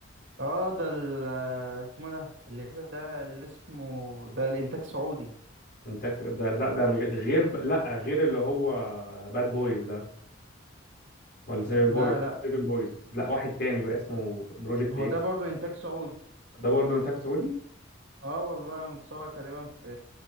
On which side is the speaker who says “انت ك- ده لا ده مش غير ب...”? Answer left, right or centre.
Left